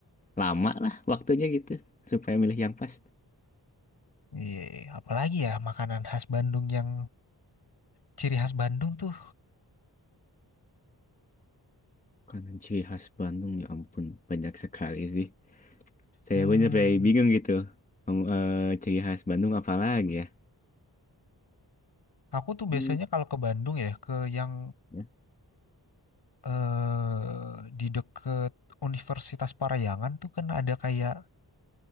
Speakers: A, on the left; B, on the left.
A: lama lah waktunya gitu. Supaya milih yang pas.
B: Iya, iya. apalagi ya makanan khas Bandung yang ciri khas Bandung tuh.
A: Karena ciri khas Bandung ya ampun banyak sekali sih. Saya
B: Hmm,
A: pun sampai bingung gitu. Em, eh, ciri khas Bandung apa lagi ya?
B: aku tuh biasanya
A: Hmm,
B: kalau ke Bandung ya ke yang
A: ya.
B: eh di deket Universitas Parayangan tuh kan ada kayak